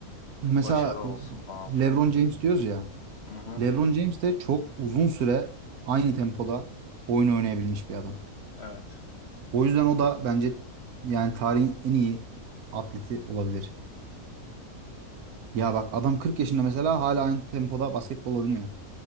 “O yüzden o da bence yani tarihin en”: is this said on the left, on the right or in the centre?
Right